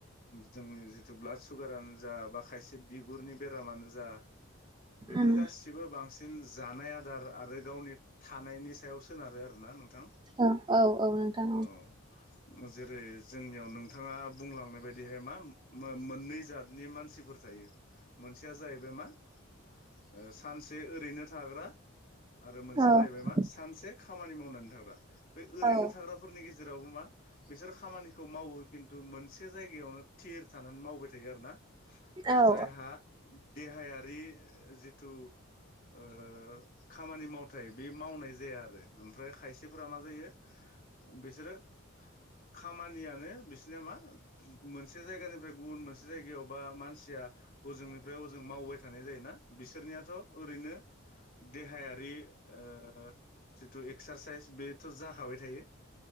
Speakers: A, on the left (about 40°); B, on the right (about 20°).
A: जोंनि ब्लाद सुगारानो जा बा खायसे बिगुरनि बेरामानो जा बेफोर
B: उम
A: गासिबो बांसिन जानाया आरो आरो गावनि थानायनि सायाव सोनारो आरोना नोंथां
B: औ औ औ नोंथां
A: औ। जेरै जोंनियाव नोंथाङा बुंलांनाय बायदिहाय मा मो-मोननै जातनि मानसिफोर थायो मोनसेया जाहैबाय मा ओ सानसे ओरैनो थाग्रा आरो मोनसेया
B: औ
A: जाहैबाय मा सानसे खामानि मावनानै थाग्रा। बे ओरैनो
B: औ
A: थाग्राफोरनि गेजेरावबो मा बिसोर खामानिखौ मावो खिन्थु मोनसे जायगायावनो थिर थानानै मावबाय थायो आरो ना
B: औ
A: जायहा देहाया बि जिथु ओ खामानि मावथाय बे मावनाय जाया आरो ओमफ्राय खायसे फोरा मा जायो बिसोरो खामानियानो बिसिना मा मोनसे जायगा जा बे गुबुन मोन मोनसे जायगायाव बा मानसिया हजोंनिफ्राय ओजों मावबाय थानाय जायोना बिसोरनियाथ' ओरैनो देहायारि ओ जिथु एक्सारसाइस बेथ' जाखाबाय थायो।